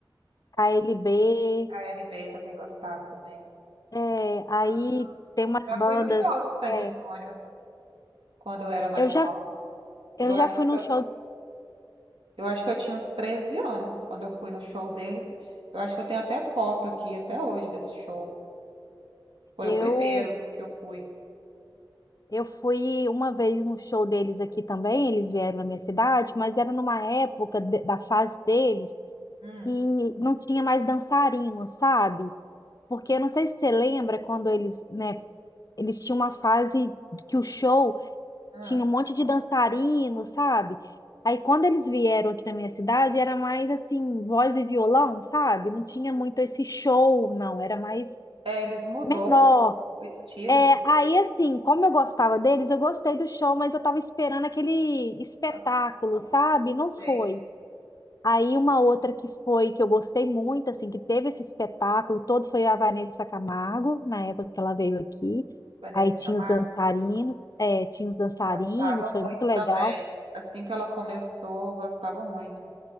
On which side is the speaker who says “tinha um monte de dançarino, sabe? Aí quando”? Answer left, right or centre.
Left